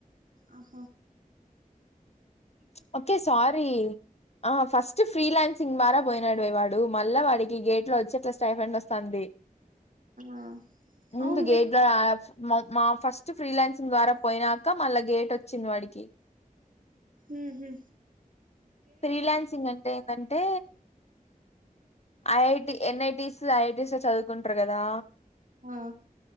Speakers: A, on the right; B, on the left.
A: ఆహ
B: ఓకే సారీ ఆ ఫస్ట్ ఫ్రీలాన్సింగ్ ద్వారా పోయినాడువే వాడు మళ్ళా వాడికి గేట్ లో వచ్చి అట్లా స్టైఫెండ్ వస్తుంది
A: ఆ
B: ముందు
A: అవునువే
B: గేట్ ద మా ఫస్ట్ ఫ్రీలాన్సింగ్ ద్వారా పోయినాక మళ్ళా గేటు ఓచ్చింది వాడికి
A: ఉ హు
B: ఫ్రీలాన్సింగ్ అంటే ఏంటంటే ఐఐటి ఎన్ఐటిస్ ఐఐటిస్ చదువుకుంటారు కదా
A: ఆ